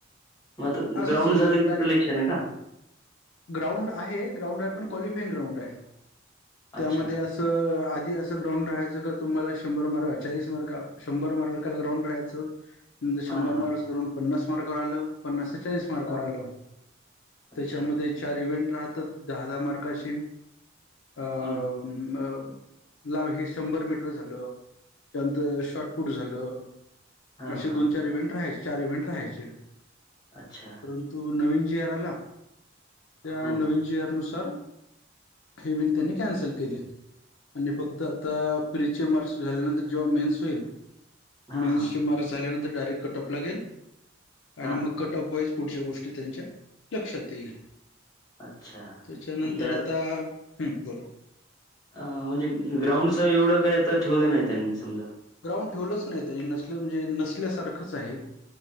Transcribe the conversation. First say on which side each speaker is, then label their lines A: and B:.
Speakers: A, on the left (about 20°); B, on the left (about 70°).
A: मग आता
B: असं
A: ग्राउंड
B: समजा
A: झालं
B: तर
A: की,
B: डायरेक्ट
A: सिलेक्शन आहे का.
B: ग्राउंड आहे, ग्राउंड आहे पण, क्लिफाईंग ग्राउंड आहे, त्यामध्ये
A: अच्छा
B: अस असं आधी असं ग्राउंड राहायचं का, तुम्हाला शंभर मार्क चाळीस मार्कला. शंभर मार्काला ग्राउंड राहायचं, नंतर शंभर
A: हा हा
B: मार्क ग्राउंड पन्नास मार्कवर आलं. पन्नास चाळीस मार्कावर
A: हा
B: आलं,
A: अच्छा.
B: त्याच्यामध्ये चार इव्हेंट राहतच दहा-दहा मार्काशी. अ
A: हो ना.
B: म ला हे शंभर मीटर झालं. त्यानंतर शॉर्टपुट झालं.
A: हां,
B: असे
A: हां.
B: दोन चार इव्हेंट राहायचे, चार इव्हेंट राहायचे.
A: अच्छा.
B: परंतु नवीन जी. आर आला, त्या
A: हो.
B: नवीन जी. आर नुसार. हे मीनट त्यांनी कॅन्सल केले, आणि फक्त आता फ्रीचे मार्क्स झाल्यानंतर, जेव्हा मेन्स होईल,
A: हां,
B: मेन्सचे
A: हां.
B: मार्क्स झाल्यानंतर डायरेक्ट कटऑफ लागेल,
A: हां.
B: आणि मग कटऑफ वाईस पुढच्या गोष्टी त्यांच्या लक्षात येईल,
A: अच्छा.
B: त्याच्यानंतर
A: म्हणजे आज
B: आता हम्म बोला.
A: अ म्हणजे ग्राउंडच एवढं काय आता ठेवलं नाही त्यांनी समजा.
B: ग्राउंड ठेवलंच नाही, त्यांनी नसलं म्हणजे नसल्यासारखंच आहे.